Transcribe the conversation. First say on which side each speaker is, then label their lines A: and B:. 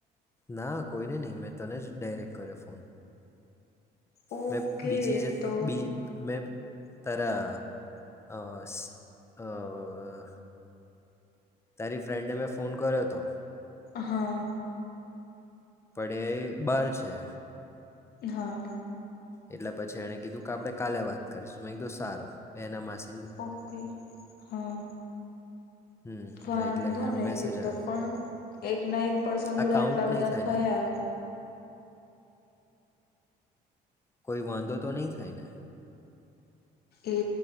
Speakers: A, on the left; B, on the left.
A: ના કોઈને નહીં, મેં તને જ ડાયરેક્ટ કર્યો ફોન.
B: ઓકે
A: મે બીજી જ
B: તો
A: બી મે તરા અસ અઅ તારી, ફ્રેંન્ડને મેં ફોન કર્યો હતો.
B: હાઆઆ.
A: પણ, એ એ બાર છે.
B: હાઆઆ.
A: એટલે પછી એને કીધું કે, આપણેે કાલે વાત કરીશું મે કહ્યું સારુ એના માસી
B: ઓકે હા!
A: હમ
B: વાંધો
A: એટલે એને
B: નહી
A: મેસેજ
B: એ તો
A: આવ્યો
B: પણ, એક ના એક પર્સન
A: આ
B: જોડે
A: કાઉન્ટ
B: આટલા બધા
A: નહીં થાય
B: થયા
A: ને કોઈ વાંધો તો નહી થાય ને?
B: એ